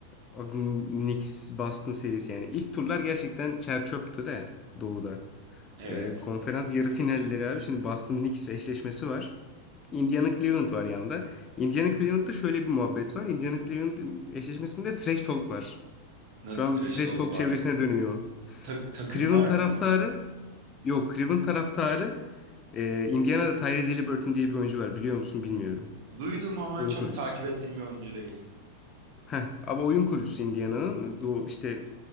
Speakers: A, on the left; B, on the right.
A: Abi, Knicks Boston serisi yani ilk turlar gerçekten çer çöptü de doğuda.
B: Evet.
A: Ee, konferans yarı finalleri abi şimdi Boston Knicks eşleşmesi var. Indiana Cleveland var yanında. Indiana Cleveland'da şöyle bir muhabbet var. Indiana Cleveland eşleşmesinde trash talk var.
B: Nasıl
A: Şu an
B: trash
A: bir trash
B: talk
A: talk
B: var?
A: çevresine dönüyor.
B: Ta- takımlar
A: Cleveland taraftarı
B: mı?
A: Yok Cleveland taraftarı e, Indiana'da Tyrese Haliburton diye bir oyuncu var biliyor musun bilmiyorum.
B: Duydum ama
A: Oyun
B: çok
A: kurucusu.
B: takip ettiğim bir oyuncu değil.
A: Heh, ama oyun kurucusu Indiana'nın. O işte